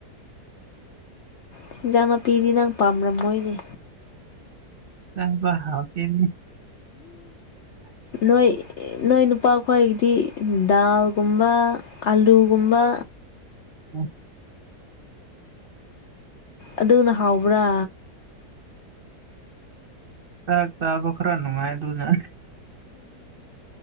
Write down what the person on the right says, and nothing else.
ꯆꯥꯕ ꯍꯥꯎꯇꯦꯅꯦ
ꯎ <unintelligible> <inaudible>
ꯇ ꯇꯕꯈꯔꯥꯅꯅꯨꯡ ꯍꯥꯏꯥꯏ ꯇꯨꯖ